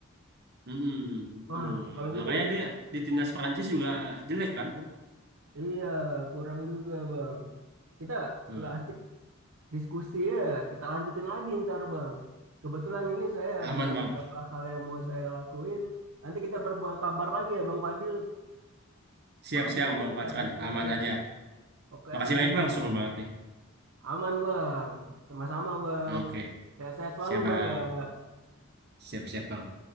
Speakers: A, on the right; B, on the right.
A: Mm-mm, betul.
B: Wah, kalau gitu,
A: Makanya dia di timnas Prancis juga jelek kan.
B: iya kurang juga bang. Kita
A: Hmm.
B: lah asik diskusi ya, kita lanjutin lagi ntar bang. Kebetulan ini saya
A: Aman,
B: ada beberapa
A: Bang.
B: hal yang mau saya lakuin. Nanti kita berkabar lagi ya Bang Fadil.
A: Siap-siap,
B: Makasih banyak
A: Bang Pacran.
B: Bang diskusinya.
A: Aman aja.
B: Oke,
A: Makasih
B: Abi.
A: banyak, Bang. Suruh banget nih.
B: Aman bang, sama-sama bang.
A: Oke.
B: Sehat-sehat selalu
A: Siap, Bang.
B: bang ya.
A: Siap-siap, Bang.